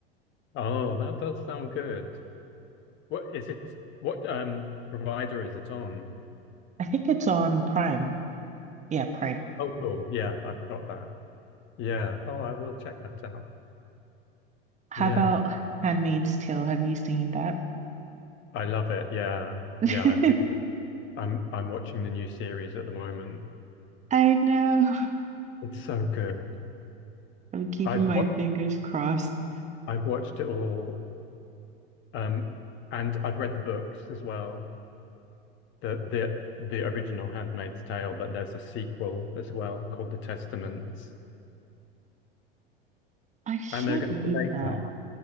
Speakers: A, on the left (about 40°); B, on the right (about 25°).
A: Oh, that does sound good. What is it? What um provider is it on?
B: I think it's on Prime. Yeah, Prime.
A: Oh, cool. Yeah, I've got that. Yeah. Oh, I will check that out.
B: How
A: Yeah,
B: about
A: that's
B: Handmaid's Tale? Have you seen that?
A: I love it. Yeah.
B: <laughs>
A: Yeah, I've been I'm I'm watching the new series at the moment.
B: I know.
A: It's so good.
B: I'm keeping
A: I've
B: my
A: wa-
B: fingers crossed.
A: I've watched it all um and I've read the books as well. The the the original Handmaid's Tale, but there's a sequel as well called The Testaments.
B: I should
A: And they're going
B: read
A: to make
B: that.
A: that.